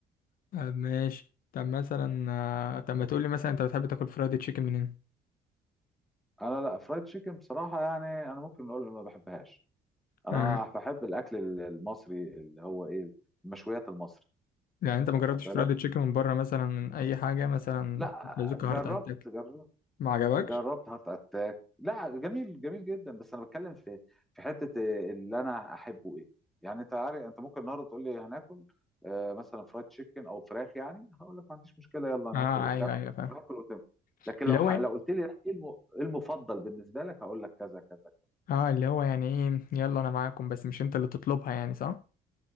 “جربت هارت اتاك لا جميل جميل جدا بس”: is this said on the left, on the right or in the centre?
Centre